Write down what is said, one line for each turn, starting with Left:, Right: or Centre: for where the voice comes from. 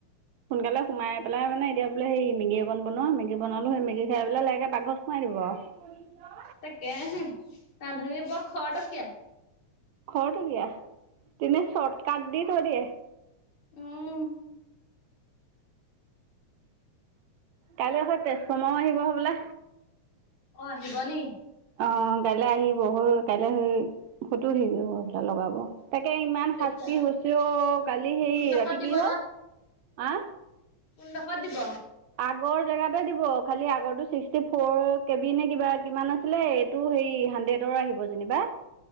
Right: সোনকালে সোমাই পেলাই মানে- এতিয়া বোলে সেই মেগী অকন বনোৱা, মেগী বনালো সেই মেগী খাই পেলাই লাহেকে পাকঘৰ সোমাই দিব আৰু।
Left: তাকেহে ৰান্ধনী বৰ খটকীয়া।
Right: খটকীয়া তেনে শৰ্ট কাট দি থৈদিয়ে।
Left: উম।
Right: কালি আকৌ তেজফমাও আহিব হবলা?
Left: অ আহিব নি।
Right: অ কাইলৈ আহিব হৈ কাইলৈ স ফটো উঠি লগাব। তাকে ইমান
Left: তেতিয়াহ'লে
Right: শাস্তি হৈছে অ, কালি হে
Left: কোনডোখৰত
Right: ৰাতি
Left: দিব
Right: কি হল? আহ।
Left: কোনডোখত দিব?
Right: আগৰ জেগাতে দিব, খালি আগৰটো ছিক্সটি ফ'ৰ কেবি নে কিবা কিমান আছিলে এইটো হেৰি- হান্ড্ৰেডৰ আহিব যেনিবা,